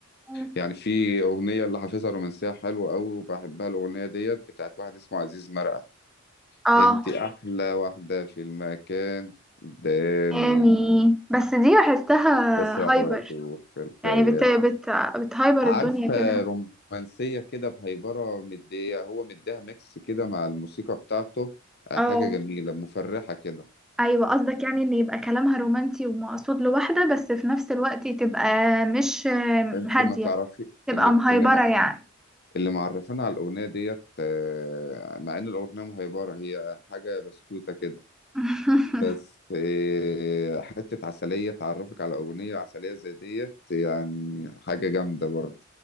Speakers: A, in the centre; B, on the left.
A: مم.
B: يعني في أغنية اللي حافظها رومانسية حلوة قوي وبحبها الأغنية ديت بتاعت واحد اسمه عزيز مرقة
A: اه
B: انت أحلى واحدة في المكان قدامي
A: يعني بس دي بحسها
B: بسرح
A: هايبر
B: وأتوه في الخيال
A: يعني بت بت بتهايبر
B: عارف
A: الدنيا كده
B: آه، رومانسية كده بهيبرة مدية هو مديها ميكس كده مع الموسيقى بتاعته آه،
A: اه
B: حاجة جميلة مفرحة كده
A: ايوه قصدك يعني ان يبقى كلامها رومانسي ومقصود لواحده بس في نفس الوقت تبقى مش
B: انت
A: هاديه
B: ما تعرفي
A: تبقى
B: اللي
A: مهايبره
B: اللي ما
A: يعني
B: اللي معرفانا على الأغنية ديت آه، مع إن الأغنية مهيبرة هي حاجة بسكوتة كده
A: <laughs>
B: بس آه، حتة عسلية تعرفك على أغنية عسلية زي ديت يعني حاجة جامدة برضه